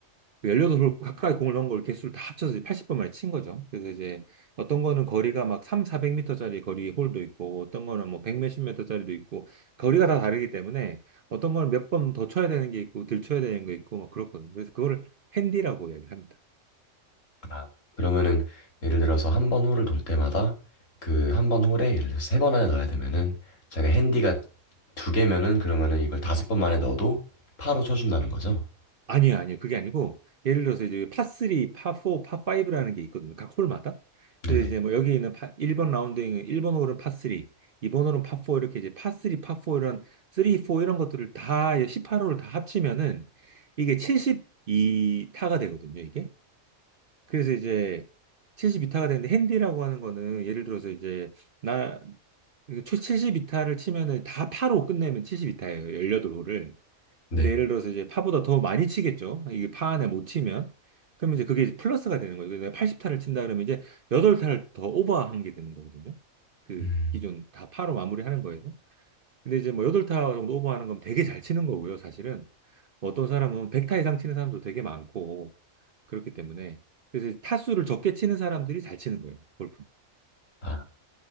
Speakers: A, on the right; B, on the left.
A: 료8홀 가까이 공을 넣은 걸 개수를 다 합쳐서 80번 만에 친 거죠. 그래서 이제 어떤 거는 거리가 막 3, 400m짜리 거리 홀도 있고 어떤 거는 뭐 100 몇십 m짜리도 있고 거리가 다 다르기 때문에 어떤 거는 몇 번 더 쳐야 되는 게 있고 덜 쳐야 되는 게 있고 막 그렇거든요. 그래서 그거를 핸디라고 이야기를 합니다.
B: 아. 그러면은 예를 들어서 한 번 홀을 돌 때마다 그 한 번 홀에 예를 들어서 세 번 안에 넣어야 되면은 제가 핸디가 두 개면은 그러면은 이걸 다섯 번 만에 넣어도 파로 쳐준다는 거죠?
A: 아니요, 아니요. 그게 아니고, 예를 들어서 이제 파3, 파4, 파5라는 게 있거든요. 각 홀마다. 근데
B: 네네.
A: 이제 뭐 여기 있는 파, 1번 라운드에는 1번 홀은 파3, 2번 홀은 파4 이렇게 이제 파3, 파4 이런, 3, 4 이런 것들을 다, 18홀을 다 합치면은 이게 72타가 되거든요, 이게. 그래서 이제 72타가 되는데 핸디라고 하는 거는 예를 들어서 이제 나, 72타를 치면은 다 파로 끝내면 72타예요, 18홀을.
B: 네.
A: 근데 예를 들어서 이제 파보다 더 많이 치겠죠. 이게 파 안에 못 치면. 그러면 이제 그게 이제 플러스가 되는 거죠. 내가 80타를 친다 그러면 이제 8타를 더 오버한 게 되는 거거든요. 그
B: 음.
A: 기존 다 파로 마무리하는 거에서. 근데 이제 뭐 8타 정도 오버하는 건 되게 잘 치는 거고요, 사실은. 뭐 어떤 사람은 100타 이상 치는 사람도 되게 많고, 그렇기 때문에. 그래서 타수를 적게 치는 사람들이 잘 치는 거예요, 골프
B: 아.